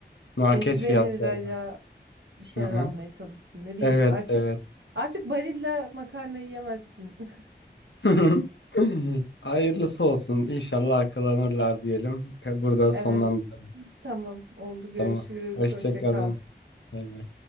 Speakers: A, on the left; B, on the right.
A: Market
B: 550
A: fiyatları.
B: lirayla bir şeyler
A: Hı hı.
B: almaya çalışsın. Ne bileyim
A: Evet,
B: artık
A: evet.
B: artık Barilla makarnayı yemezsin. <laughs>
A: <laughs> Hayırlısı olsun. İnşallah akılanırlar diyelim. Burada
B: Evet
A: sonlandıralım.
B: tamam oldu görüşürüz.
A: Tamam. Hoşça
B: Hoşça
A: kalın.
B: kal.
A: Bay bay.